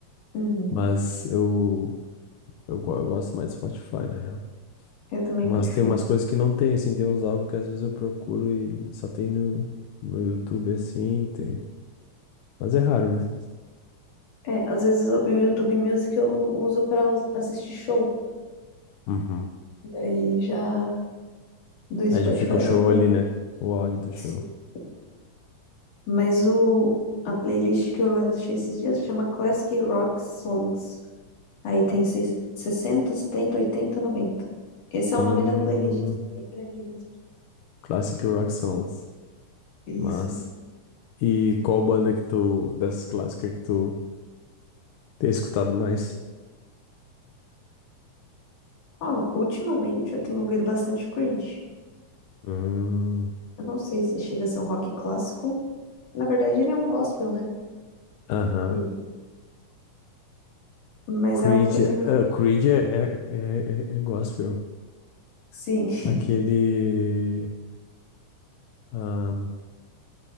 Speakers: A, on the left; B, on the left.
A: Uhum.
B: mas eu eu, go- eu gosto mais do Spotify na real.
A: Eu também
B: Mas
A: prefiro.
B: tem umas coisas que não tem assim, tem uns álbuns que às vezes eu procuro e só tem no no YouTube assim, tem. Mas é raro, né?
A: É, às vezes o o YouTube Music eu uso pra us- assistir show.
B: Uhum.
A: Daí já do
B: É,
A: Spotify
B: já fica o show
A: não tem.
B: ali, né? O áudio do show.
A: Sim. Mas o, a playlist que eu achei esses dias chama Classic Rock Songs. Aí tem seis- 60, 70, 80, 90. Esse é
B: Hum,
A: o nome da playlist, assim, bem grande mesmo.
B: Classic Rock Songs.
A: Isso.
B: Massa. E qual banda que tu, dessas clássicas que tu tem escutado mais?
A: Ó, ultimamente eu tenho ouvido bastante Creed.
B: Hum,
A: Eu não sei se chega a ser um rock clássico. Na verdade, ele é um gospel, né?
B: aham.
A: Creed. Mas
B: Creed,
A: é algo que eu tenho ouvido.
B: ah, Creed é, é, é, é é gospel.
A: Sim, <laughs>
B: Aquele. ahn,